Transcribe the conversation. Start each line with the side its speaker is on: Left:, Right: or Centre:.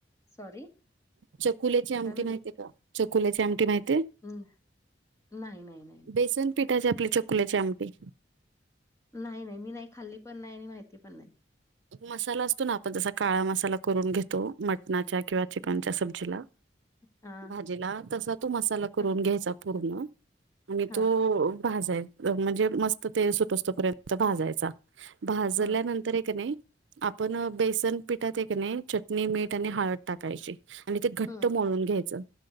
Left: सॉरी
Right: चकुल्याची आमटी
Left: काय
Right: माहतीय का? चकुल्याची आमटी माहतीये?
Left: हम् नाय नाय नाय.
Right: बेसन पिठाचे आपली चकुल्याची आमटी.
Left: नाही नाही मी नाही खाल्ली पण नाही आणि माहिती पण नाही.
Right: मसाला असतो ना आपण जसा काळा मसाला करून घेतो मटणाच्या किंवा चिकनच्या
Left: हां,
Right: सब्जीला
Left: हां,
Right: भाजीला तसा तो मसाला करून
Left: हां,
Right: घ्यायचा पूर्ण आणि
Left: हां.
Right: तो भाजाय म्हणजे मस्त तेल सुटोस्तपर्यंत भाजायचा भाजल्यानंतरय
Left: हं,
Right: कणाय आपण बेसन पिठातय कणाय चटणी मीठ आणि हळद टाकायची. आणि ते घट्ट
Left: हं,
Right: मळून घ्यायचं